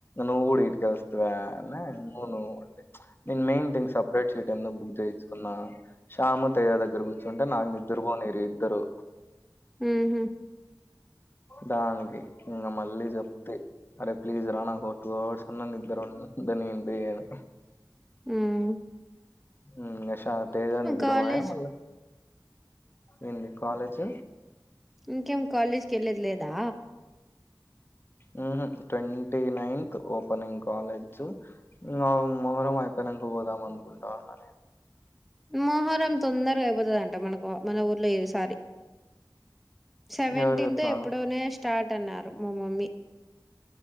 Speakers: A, on the left; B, in the centre.
A: నువ్వు గుడ ఈడికే వస్తివా అనే అవును నేన్ మెయిన్ థింగ్ సపరేట్ ఎటన్న బుక్ చేయిచ్చుకున్నా శ్యామ్, తేజ దగ్గర కూర్చుంటే నాకు నిద్దరబోనియర్ ఈ ఇద్దరు
B: మ్ హ్
A: దానికి ఇంకా మళ్ళీ చెప్తే అరే ప్లీజ్ రా నాకో టూ అవర్స్ అన్నా నిద్దరుండ దాన్ని ఎంబి అని
B: మ్
A: మ్ ఇంగ శా తేజ నిద్రపోయా
B: కాలేజ్
A: మళ్ళ ఏంది కాలేజ్
B: ఇంకేం కాలేజ్ కెళ్లేద్ లేదా?
A: మ్ హ్ ట్వంటీ నైన్త్ ఓపెనింగ్ కాలేజ్ మాకు మొహరం అయిపొయినం పోదాం అనుకుంటాన్న నేన్
B: మోహరం తొందర్గ అయిపోతదంట మనకు మన ఊర్లో ఈసారి సెవెంటీన్త్
A: నేను ఎవరు చెప్తున్నారు
B: ఎప్పుడోనే స్టార్ట్ అన్నారు మా మమ్మీ